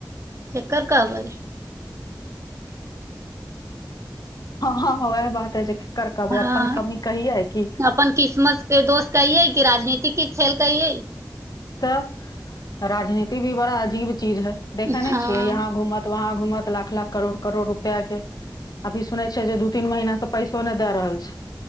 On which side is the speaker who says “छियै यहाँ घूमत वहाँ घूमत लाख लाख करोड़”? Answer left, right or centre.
Left